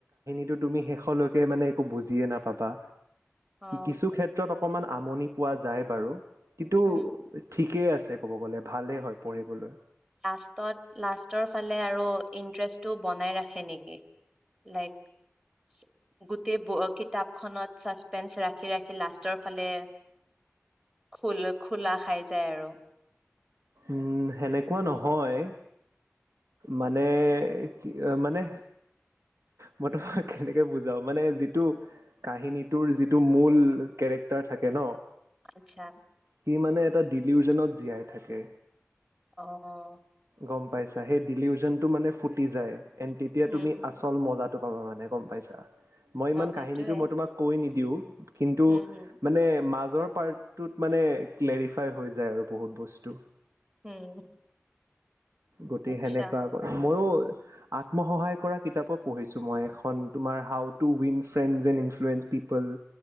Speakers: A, on the right; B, on the right.
A: কিন্তু তুমি শেষ লৈকে মানে একো বুজিই নাপাবা।
B: অ
A: কিছু ক্ষেত্ৰত অকণমান আমনি পোৱা যায় বাৰু। কিন্তু
B: উম
A: ঠিকেই আছে ক'ব গ'লে ভালেই হয়। পঢ়িবলৈ
B: লাষ্টত, লাষ্টৰ ফালে আৰু ইণ্টাৰেষ্টটো বনাই ৰাখে নেকি। লাইক গোটেই কিতাপ খনত ছাছপেন্স ৰাখে। ৰাখি ৰাখি লাষ্টৰ ফালে খোল খোলা খাই যায় আৰু।
A: উম, সেনেকুৱা নহয়। মানে কি মানে মই ত কেনেকে বুজাও, মানে যিটো কাহিনীটোৰ যিটো মূল কেৰেক্টাৰ থাকে ন।
B: আচ্ছা।
A: সি মানে এটা ডিলিউজনত জীয়াই থাকে।
B: অহ'
A: গ'ম পাইছা, সেই ডিলিউজনটো মানে ফুটি যায়, এন তেতিয়া
B: উম
A: তুমি
B: হম
A: আচল মজাটো অ' এনে গ'ম পাইছা, মই ইমান
B: অ সেইটোয়ে
A: কাহিনীটো মই তোমাক কৈ নিদিওঁ। কিন্তু
B: উম হম
A: মানে মাজ মাজৰ পাৰ্টটোত মানে ক্লেৰিফাই হৈ যায় আৰু বহুত বস্তু
B: উম।
A: গতিকে,
B: আচ্ছা
A: সেনেকুৱা ক মইয়ো। আত্মসহায় কৰা কিতাপ পঢ়িছো, মই এখন তোমাৰ হাউ টু উইনচ ফেনেজ ইনফ্লুৱেঞ্জ। পিপল